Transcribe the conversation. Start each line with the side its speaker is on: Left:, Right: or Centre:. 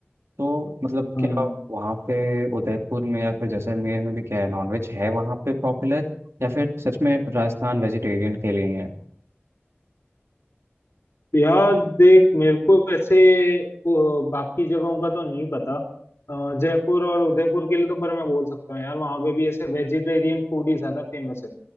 Right: तो मतलब
Left: हाँ
Right: क्या वहाँ पे उदयपुर में या फिर जैसलमेर में भी क्या है नॉनवेज है वहाँ पे पॉपुलर या फिर सच में राजस्थान वेजिटेरियन के लिए है
Left: यार देख मेरे को ऐसे वो, बाकी जगहों का तो नहीं पता अ, जयपुर और उदयपुर के लिए तो पर मैं बोल सकता हूँ यार वहाँ पे भी ऐसे वेजिटेरियन फूड ही ज्यादा फेमस है